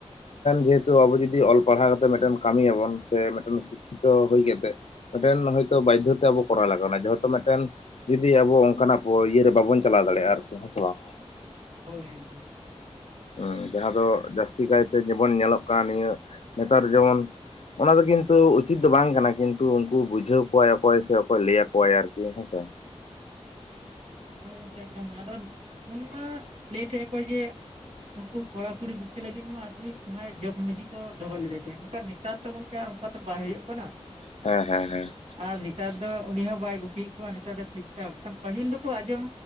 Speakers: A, on the left; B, on the right.
A: ᱡᱮᱦᱮᱛᱩ ᱟᱵᱚ ᱡᱩᱫᱤ ᱡᱤ ᱚᱞ ᱯᱟᱲᱦᱟᱣ ᱠᱟᱛᱮ ᱢᱤᱫᱴᱮᱱ ᱠᱟᱹᱢᱤᱭᱟᱵᱚᱱ ᱥᱮ, ᱢᱤᱫᱴᱮᱱ ᱥᱤᱠᱷᱤᱛᱚ ᱦᱩᱭ ᱠᱟᱛᱮᱫ ᱢᱤᱫᱴᱮᱱ ᱦᱚᱭᱛᱚ ᱵᱟᱫᱽᱫᱷᱚᱛ ᱛᱮ ᱟᱵᱚ ᱠᱚᱨᱟᱣ ᱞᱟᱜᱟᱣᱱᱟ ᱡᱚᱦᱚᱛᱚ ᱢᱤᱫᱴᱮᱱ ᱡᱩᱫᱤ ᱟᱵᱚ ᱚᱱᱠᱟᱱᱟᱜ ᱤᱭᱟᱹᱟᱹᱨᱮ ᱵᱟᱵᱚᱱ ᱪᱟᱞᱟᱣ ᱫᱟᱲᱮᱭᱟᱜᱼᱟ ᱟᱨᱠᱤ ᱦᱮᱸ ᱥᱮ ᱵᱟᱝ
B: ᱦᱚᱭ ᱮᱠᱫᱚᱢ
A: ᱟᱹᱻ ᱡᱟᱦᱟᱸ ᱫᱚ ᱡᱟᱹᱥᱛᱤ ᱠᱟᱭᱛᱮ ᱡᱮᱵᱚᱱ ᱧᱮᱞᱚᱜ ᱠᱟᱱ ᱱᱤᱭᱟᱹ ᱱᱮᱛᱟᱨ ᱡᱮᱢᱚᱱ ᱚᱱᱟ ᱫᱚ ᱠᱤᱱᱛᱩ, ᱩᱪᱤᱛ ᱫᱚ ᱵᱟᱝ ᱠᱟᱱᱟ ᱠᱤᱱᱛᱩ, ᱩᱱᱠᱩ ᱵᱩᱡᱷᱟᱹᱣ ᱠᱚᱣᱟᱭ ᱚᱠᱚᱭ ᱥᱮ ᱚᱠᱚᱭ ᱞᱟᱹᱭ ᱟᱠᱚᱣᱟᱭ ᱟᱨᱠᱤ ᱦᱮᱸᱥᱮ
B: ᱦᱚᱭ ᱜᱚᱢᱠᱮ ᱟᱫᱚ ᱩᱱᱢᱟ ᱞᱟᱹᱭ ᱠᱮᱫᱟ ᱠᱚ ᱡᱮ ᱱᱩᱠᱩ ᱠᱚᱲᱟ ᱠᱩᱲᱤ ᱜᱩᱯᱤ ᱞᱟᱹᱜᱤᱫ ᱢᱟ ᱟᱵᱤᱡ ᱡᱟᱦᱟᱸᱟ ᱡᱚᱜᱽ ᱢᱟᱺᱡᱷᱤ ᱠᱚ ᱫᱚᱦᱚ ᱞᱮᱫᱮ ᱛᱟᱦᱮᱱᱟ ᱱᱮᱛᱟᱨ ᱛᱚ ᱜᱚᱝᱠᱮ ᱟᱨ ᱚᱱᱠᱟ ᱛᱚ ᱵᱟᱭ ᱦᱩᱭᱩᱜ ᱠᱟᱱᱟ
A: ᱦᱮᱸ ᱦᱮᱸ ᱦᱮᱸ
B: ᱟᱨ ᱱᱮᱛᱟᱨ ᱫᱚ ᱩᱱᱤ ᱦᱚᱸ ᱵᱟᱭ ᱜᱩᱥᱤᱭᱮᱫ ᱠᱚᱣᱟ ᱱᱮᱛᱟᱨ ᱫᱚ ᱴᱷᱤᱠ ᱴᱷᱟᱠ, ᱢᱮᱱᱠᱟᱷᱟᱱ ᱯᱟᱹᱦᱤᱞ ᱫᱚ ᱠᱚ ᱟᱸᱡᱚᱢ